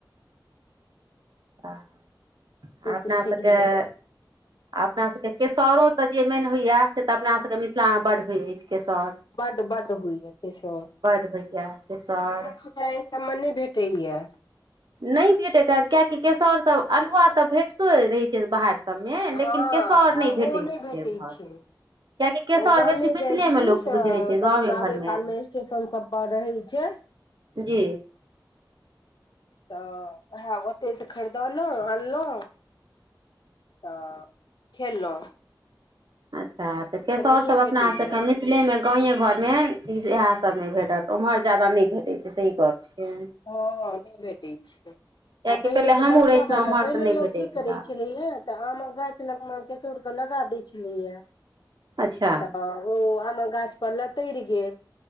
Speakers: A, on the right (about 70°); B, on the left (about 70°).
A: तऽ
B: से
A: अपना
B: तऽ छैहे
A: सभके आ अपनासभके केसौर तऽ जे मेन होइए से तऽ अपनासभके मिथिलामे बड्ड होइत अछि केसौर।
B: बड बड होइये केसौर।
A: बड होइये केसौर।
B: हमरा सबके एहि सबमे नहि भेटैया।
A: नहि भेटैत हेत कियकि केसौर त अल्हुआ तऽ भेटतो रहैत छै ने बाहर सबमे
B: हँ
A: लेकिन केसौर
B: आ
A: नहि
B: ओ
A: भेटै छै
B: भेटै
A: एम्हर।
B: छै
A: कियेकि केसौर
B: ओ गामे
A: बेसी मिथिले
B: जाइ छी
A: में लोक
B: तऽ
A: बुझै छै
B: गाममे
A: गामे
B: आबै
A: घरमे।
B: कालमे स्टेशन सब पर रहै छै
A: जी।
B: तऽ उएह ओतहिसँ खरीदलहुँ आनलहुँ तऽ खेलहुँ।
A: अच्छा तऽ केसौर
B: नहिए
A: सब अपना
B: भेटैए
A: आपमें का मिस थिलेमें गाँवे घरमे इएह सब में भेटत ओम्हर जादा नहि भेटै छै सही गप छियै।
B: हँ नहि भेटैत छै।
A: कियाकि
B: आ पहिले तऽ
A: हमहूँ
B: बड़का
A: रहै छलहुँ
B: बड़का
A: ओम्हर
B: पहिले
A: तऽ नहि
B: लोक
A: भेटै
B: की
A: छलए
B: करैत छलैए तऽ आमक गाछ लग मे केसौर के लगा दै छलैया।
A: अच्छा
B: तऽ ओ आम गाछ पर लतरि गेल।